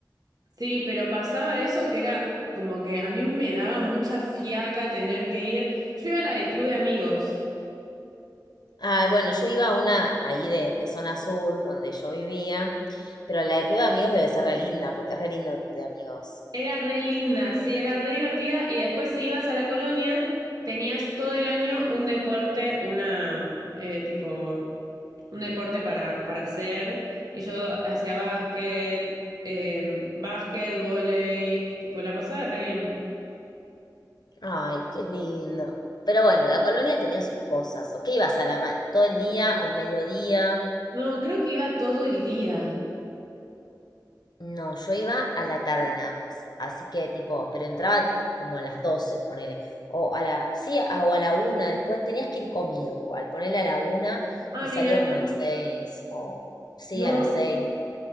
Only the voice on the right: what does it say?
Sí, pero pasaba eso que era como que a mí me daba mucha fiaca tener que ir. Yo iba a la del club de amigos.
Era re linda, sí, era re divertida y después si ibas a la colonia tenías todo el año un deporte, una eh, tipo un deporte para, para hacer y yo hacía básquet, eh, básquet, vóley, tipo la pasaba re bien.
No, creo que iba todo el día.
Ah,
mira,
no,